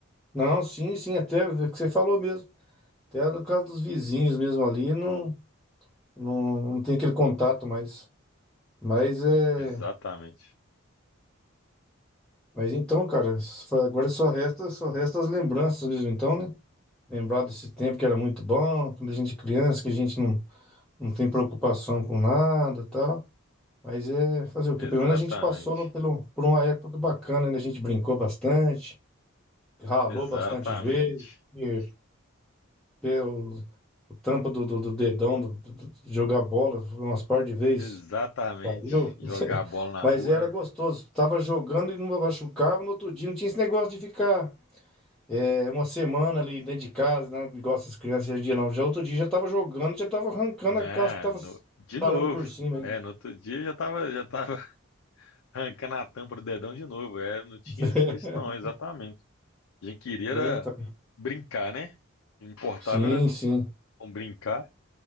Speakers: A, in the centre; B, on the left.
A: Não, sim, sim, até o que você falou mesmo. Até no caso dos vizinhos mesmo ali, não, não, não tem aquele contato mais. Mas é.
B: Exatamente,
A: Mas então, cara, só- agora só resta, só resta as lembranças mesmo, então, né? Lembrar desse tempo que era muito bom, quando a gente é criança, que a gente não, não tem preocupação com nada e tal. Mas é fazer o quê?
B: exatamente,
A: Pelo menos a gente passou no- pelo, por uma época bacana, né? A gente brincou bastante, ralou
B: exatamente,
A: bastante joelho, e pelo, o trampo do, do, do dedão, do, do- do- de jogar bola, umas par de vezes.
B: exatamente.
A: Saiu?
B: Jogar
A: <laughs>
B: a bola
A: Mas
B: na rua,
A: era
B: né?
A: gostoso. Tava jogando e não machucava no outro dia. Não tinha esse negócio de ficar é, uma semana ali dentro de casa, né? Igual essas crianças hoje em dia, não. Já outro dia já tava jogando, já tava arrancando
B: né
A: a casca que tava
B: no- de
A: parando
B: novo.
A: por cima ainda.
B: É, no outro dia já tava, já tava <laughs> arrancando a tampa do dedão de novo. É, não tinha
A: <laughs>
B: isso não, exatamente. A gente queria
A: Eita.
B: era brincar, né? O que importava
A: Sim,
B: era
A: sim,
B: bom, brincar